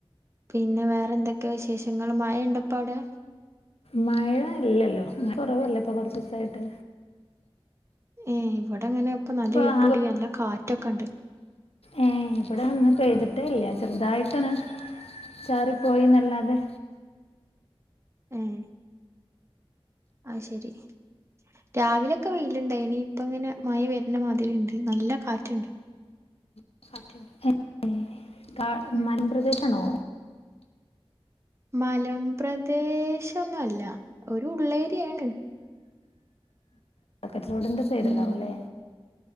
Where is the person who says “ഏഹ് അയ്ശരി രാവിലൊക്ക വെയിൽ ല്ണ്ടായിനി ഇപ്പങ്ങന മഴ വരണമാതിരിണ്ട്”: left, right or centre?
Right